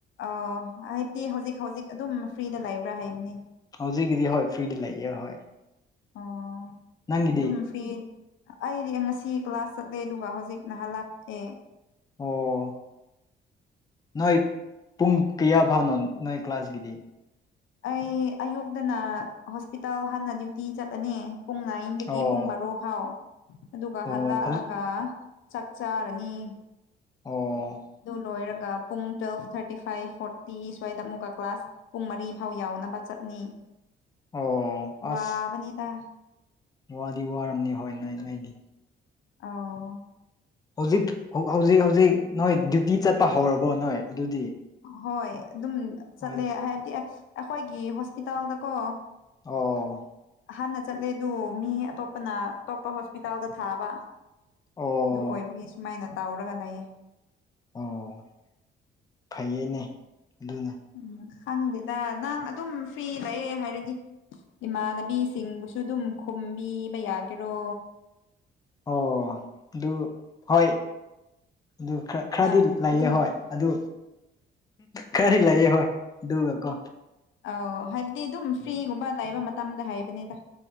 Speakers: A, on the left; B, on the left.
A: ꯑꯣ ꯍꯥꯏꯕꯗꯤ ꯍꯧꯖꯤꯛ ꯍꯧꯖꯤꯛ ꯑꯗꯨꯝ ꯐ꯭ꯔꯤꯗ ꯂꯩꯕ꯭ꯔꯥ ꯍꯥꯏꯕꯅꯤ
B: ꯍꯧꯖꯤꯛꯀꯤꯗꯤ ꯍꯣꯏ ꯐ꯭ꯔꯤꯗ ꯂꯩꯌꯦ ꯍꯣꯏ
A: ꯑꯣ
B: ꯅꯪꯒꯤꯗꯤ
A: ꯑꯗꯨꯝ ꯐ꯭ꯔꯤ ꯑꯩꯗꯤ ꯉꯁꯤ ꯀ꯭ꯂꯥꯁ ꯆꯠꯂꯦ ꯑꯗꯨꯒ ꯍꯧꯖꯤꯛꯅ ꯍꯜꯂꯛꯑꯦ
B: ꯑꯣ ꯅꯣꯏ ꯄꯨꯡ ꯀꯌꯥ ꯐꯥꯎꯅꯣ ꯅꯣꯏ ꯀ꯭ꯂꯥꯁꯀꯤꯗꯤ
A: ꯑꯩ ꯑꯌꯨꯛꯇꯅ ꯍꯣꯁꯄꯤꯇꯥꯜ ꯍꯥꯟꯅ ꯗ꯭ꯌꯨꯇꯤ ꯆꯠꯂꯅꯤ ꯄꯨꯡ ꯗꯒꯤ
B: ꯑꯣ
A: ꯄꯨꯡ ꯕꯥꯔꯣ ꯐꯥꯎ ꯑꯗꯨꯒ
B: ꯑꯣ
A: ꯍꯜꯂꯛꯑꯒ
B: ꯍꯧꯖꯤꯛ
A: ꯆꯥꯛ ꯆꯥꯔꯅꯤ
B: ꯑꯣ
A: ꯑꯗꯨ ꯂꯣꯏꯔꯒ ꯄꯨꯡ ꯇꯨꯋꯦꯜꯐ ꯊ꯭ꯔꯇꯤ ꯐꯥꯏꯚ ꯐꯣꯔꯇꯤ ꯁ꯭ꯋꯥꯏꯗ ꯑꯃꯨꯛꯀ ꯀ꯭ꯂꯥꯁ ꯄꯨꯡ ꯃꯔꯤ ꯐꯥꯎ ꯌꯥꯎꯅꯕ ꯆꯠꯅꯤ
B: ꯑꯣ
A: ꯋꯥꯕꯅꯤꯗ
B: ꯑꯁ ꯋꯥꯗꯤ ꯋꯥꯔꯝꯅꯤ ꯍꯣꯏ ꯅꯣꯏ ꯅꯣꯏꯒꯤ
A: ꯑꯥꯎ
B: ꯍꯧꯖꯤꯛ ꯍꯧꯖꯤꯛ ꯍꯧꯖꯤꯛ ꯅꯣꯏ ꯗ꯭ꯌꯨꯇꯤ ꯆꯠꯄ ꯍꯧꯔꯕꯣ ꯅꯣꯏ ꯑꯗꯨꯗꯤ
A: ꯍꯣꯏ ꯑꯗꯨꯝ ꯆꯠꯂꯦ
B: ꯑꯁ
A: ꯍꯥꯏꯕꯗꯤ ꯑꯩꯈꯣꯏꯒꯤ ꯍꯣꯁꯄꯤꯇꯥꯜꯗꯀꯣ
B: ꯑꯣ
A: ꯑꯍꯥꯟꯅ ꯆꯠꯂꯦ ꯑꯗꯨ ꯃꯤ ꯑꯇꯣꯞꯄꯅ ꯑꯇꯣꯞꯄ ꯍꯣꯁꯄꯤꯇꯥꯜꯗ ꯊꯥꯕ
B: ꯑꯣ
A: ꯑꯗꯨ ꯑꯣꯏꯕꯒꯤ ꯁꯨꯃꯥꯏꯅ ꯇꯧꯔꯒ ꯂꯩꯌꯦ
B: ꯑꯣ ꯐꯩꯌꯦꯅꯦ ꯑꯗꯨꯅ
A: ꯎꯝ ꯈꯪꯗꯦꯗ ꯅꯪ ꯑꯗꯨꯝ ꯐ꯭ꯔꯤ ꯂꯩꯌꯦ ꯍꯥꯏꯔꯗꯤ ꯏꯃꯥꯟꯅꯕꯤꯁꯤꯡꯕꯨꯁꯨ ꯑꯗꯨꯝ ꯈꯨꯝꯕꯤꯕ ꯌꯥꯒꯦꯔꯣ
B: ꯑꯣ ꯑꯗꯨ ꯍꯣꯏ ꯑꯗꯨ ꯈꯔ ꯈꯔꯗꯤ
A: ꯅ
B: ꯂꯩꯌꯦ
A: ꯑꯗꯨꯝ
B: ꯍꯣꯏ ꯑꯗꯨ ꯈꯔꯗꯤ ꯂꯩꯌꯦ ꯍꯣꯏ ꯑꯗꯨꯒ ꯀꯣ
A: ꯑꯧ ꯍꯥꯏꯕꯗꯤ ꯑꯗꯨꯝ
B: ꯎꯝ
A: ꯐ꯭ꯔꯤꯒꯨꯝꯕ ꯂꯩꯕ ꯃꯇꯝꯗ ꯍꯥꯏꯕꯅꯤꯗ